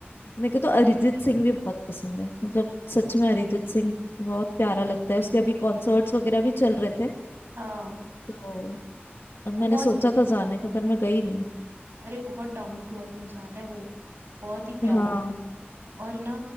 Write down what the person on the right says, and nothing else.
हाँ
वो बहुत
अरे बहुत डाउन टू अर्थ इंसान है वो बहुत ही प्यारा
और ना